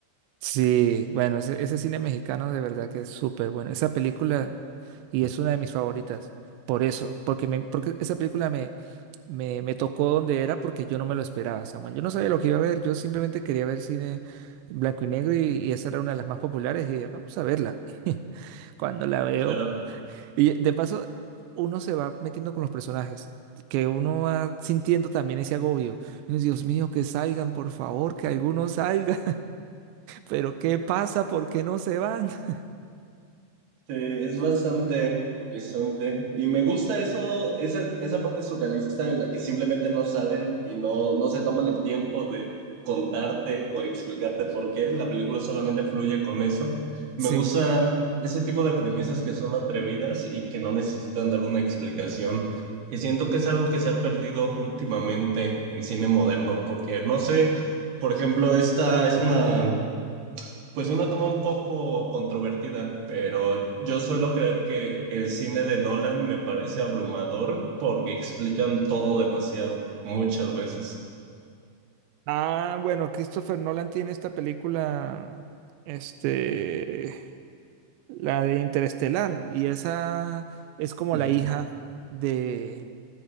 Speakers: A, on the right; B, on the right.
A: Sí, bueno, ese, ese cine mexicano de verdad que es súper bueno. Esa película, y es una de mis favoritas, por eso, porque, me, porque esa película me, me, me tocó donde era porque yo no me lo esperaba, Samuel. Yo no sabía lo que iba a ver, yo simplemente quería ver cine blanco y negro y, y esa era una de las más populares y dije, vamos a verla <laughs> cuando la veo.
B: Claro.
A: Y de paso, uno se va metiendo con los personajes. que uno va sintiendo también ese agobio. Y uno dice, Dios mío, que salgan, por favor, que algunos salgan. ¿Pero qué pasa? ¿Por qué no se van? <laughs>
B: Sí, es bastante agonizante y me gusta eso, esa, esa parte surrealista en la que simplemente no salen y no, no se toman el tiempo de contarte o explicarte por qué, la película solamente fluye con eso. Me
A: Sí.
B: gustan ese tipo de premisas que son atrevidas y que no necesitan dar una explicación, que siento que es algo que se ha perdido últimamente en cine moderno, porque no sé, por ejemplo, esta es una... Pues una toma un poco controvertida, pero yo suelo creer que el cine de Nolan me parece abrumador porque explican todo demasiado, muchas veces.
A: Ah, bueno, Christopher Nolan tiene esta película, este, la de Interestelar, y esa es como
B: Ujú.
A: la hija de,